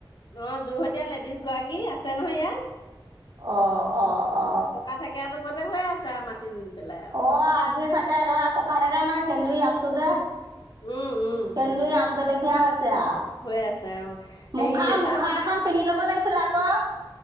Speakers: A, on the left; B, on the right.
A: অ', যোৰহতীয়া লেডিজ গৰাকী আছে নহয় ইয়াত,
B: অ অ অ
A: পকা থেকেঁৰাতো। আগতে হৈয়ে আছে আৰু মাটি ৰুই পেলাই আৰু
B: অ', আজি চাগে একেবাৰে পকা থাকা নাই সেন্দুৰী আমটো যে
A: উম উম
B: সেন্দুৰী
A: উম
B: আমটো লেখীয়া হৈছে আৰু।
A: হৈ আছে অ হেৰি
B: মুখা,
A: তাত
B: মুখা
A: আপোনাৰ
B: এখন পিন্ধি ল'ব লাগিছিলে আকৌ।